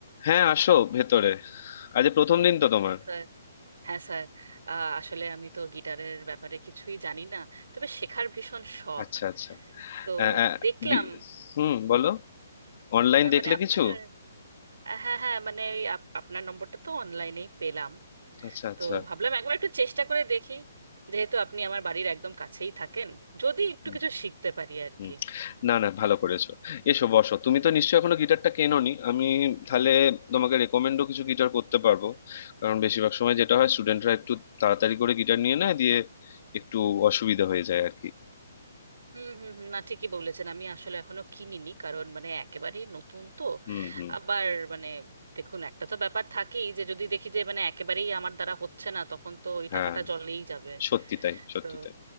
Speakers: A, on the left; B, on the right.
A: হ্যাঁ আসো ভেতরে আজ এ প্রথম দিন তো তোমার
B: হ্যাঁ স্যার হ্যাঁ স্যার আহ, আসলে আমি তো গিটারের ব্যাপারে কিছুই জানি না তবে শেখার ভীষণ শখ
A: আচ্ছা আচ্ছা
B: তো
A: আ, আ,
B: দেখলাম
A: গি- হুম বলো অনলাইন
B: আহ,
A: দেখলে
B: মানে আপনার
A: কিছু
B: হ্যাঁ হ্যাঁ মানে ওই আপ- আপনার নম্বরটা তো অনলাইনেই পেলাম
A: আচ্ছা আচ্ছা
B: তো ভাবলাম একবার একটু চেষ্টা করে দেখি যেহেতু আপনি আমার বাড়ির একদম কাছেই থাকেন যদি একটু
A: হুম
B: কিছু শিখতে পারি আর
A: হুম।
B: কি
A: না না ভালো করেছো এসো বসো তুমি তো নিশ্চয়ই এখনো গিটারটা কেনোনি আমি তাহলে তোমাকে রেকমেন্ডও কিছু গিটার করতে পারবো কারণ বেশিরভাগ সময় যেটা হয় স্টুডেন্টরা একটু তাড়াতাড়ি করে গিটার নিয়ে নেয় দিয়ে একটু অসুবিধা হয়ে যায় আর কি
B: হুম হুম হুম, না ঠিকই বলেছেন আমি আসলে এখনো কিনিনি কারণ মানে একেবারেই নতুন তো
A: হুম হুম
B: আবার মানে দেখুন একটা তো ব্যাপার থাকেই যে যদি দেখি যে মানে একেবারেই আমার দ্বারা হচ্ছে না তখন তো ওই
A: হ্যাঁ
B: টাকাটা জলেই যাবে
A: সত্যি তাই সত্যি
B: তো
A: তাই